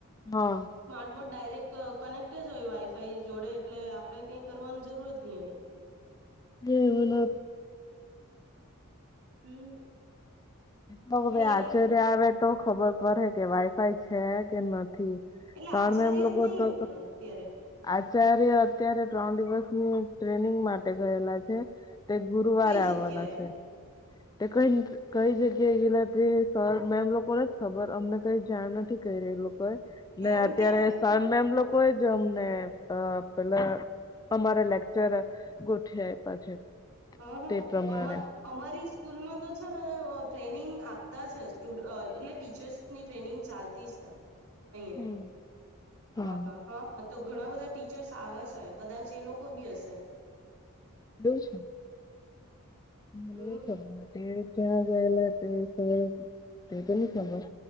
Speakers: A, on the left; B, on the right.
A: હા.
B: સ્માર્ટ બોર્ડ ડાયરેક્ટ કનેક્ટજ હોય વાઈફાઈ જોડે એટલે આપડે કઈ કરવાની જરૂર જ નહી હોય.
A: એવ વલો.
B: હમ
A: ભાઈ
B: પણ
A: આચર્ય
B: એવ
A: આવે તો ખબર પડે કે વાઈફાઈ છે કે નથી.
B: એટલે
A: સર
B: આચાર્ય
A: મેમ લોકો
B: જ નહી
A: તો
B: અત્યારે
A: આચાર્ય અત્યારે ત્રણ દિવસની ટ્રેનિંગ માટે ગયેલા છે. તે ગુરુવારે
B: કઈ
A: આવવાના
B: જગ્યાએ
A: છે તે કઈક. કઈ જગ્યાએ ગયલા તે સર મેમ લોકોને જ ખબર અમને કઈ જાણ નથી. એ લોકો
B: કેમ
A: ને અત્યારે
B: કે
A: સાન મે એમ લોકો અમને અ પેલા અમારે લેકચર ગોઠ આપ્યા છે.
B: હ હ
A: તે પ્રમાણે
B: અમા અમારી સ્કૂલમાં તો છે ને ટ્રેનિંગ આપતા છે્ટુ એટલે ટીચર્સ ની ટ્રેનિંગ ચાલતી છે અહીંયા
A: હમ હા
B: અ. હા તો ઘણા બધા ટીચર્સ આવે છે કદાચ એ લોકો બી હશે.
A: બું છે. મને
B: હમ
A: ખબર તે ક્યાં ગયેલા તે ક તે કે ખબર